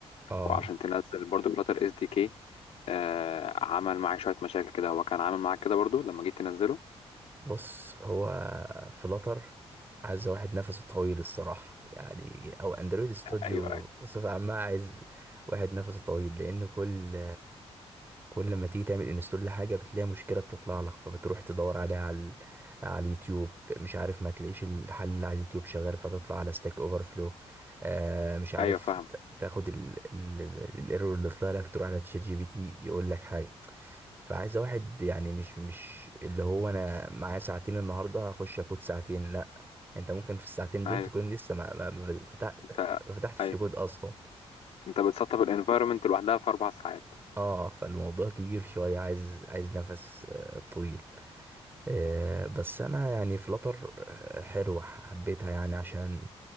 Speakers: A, on the right (about 20°); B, on the left (about 75°).
A: اه
B: وعشان تنزل برضو فلاتر اس دي كي آه عمل معايا شويه مشاكل كده هو كان عامل معاك كده برضو لما جيت تنزله
A: بص هو فلاتر عايز واحد نفسه طويل الصراحة يعني او اندرويد استوديو
B: ايوه ايوه
A: بصفة عامة عايز واحد نفسه طويل لان كل كل ما تيجي تعمل انستول لحاجه بتلاقي مشكله بتطلع لك فبتروح تدور عليها على ال- على اليوتيوب مش عارف ما تلاقيش الحل اللي على اليوتيوب شغال فتطلع على ستاك اوفر فلو آه مش عارف
B: ايوه فاهم
A: ت- تاخد ال- ال- ال- الايرور اللي طلع لك تروح على تشات جي بي تي يقول لك حاجه فعايز واحد يعني مش مش اللي هو انا معايا ساعتين النهارده هخش اكود ساعتين لا انت ممكن في الساعتين دول
B: ايوه
A: تكون لسه ما ما ما فتح-
B: انت
A: ما فتحتش
B: ايوه
A: تكود اصلا
B: انت بتسطب الانفايرمنت لوحدها في اربع ساعات
A: اه فالموضوع كبير شوية عايز عايز نفس آه، طويل آه، بس انا يعني فلتر آه، حلوة حبيتها يعني عشان